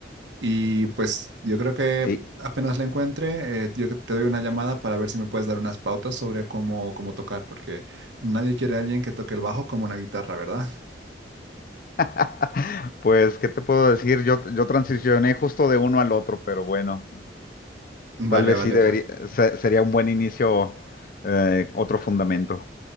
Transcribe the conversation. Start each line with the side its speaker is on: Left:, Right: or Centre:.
Right: y pues yo creo que
Left: ¿sí?
Right: apenas la encuentre, eh, yo te doy una llamada para ver si me puedes dar unas pautas sobre cómo, cómo tocar, porque nadie quiere a alguien que toque el bajo como una guitarra, ¿verdad?
Left: <laughs> Pues, ¿qué te puedo decir? Yo, yo transicioné justo de uno al otro, pero bueno.
Right: <laughs> Vale,
Left: Tal vez
Right: vale,
Left: sí debería,
Right: pues.
Left: se- sería un buen inicio, eh, otro fundamento.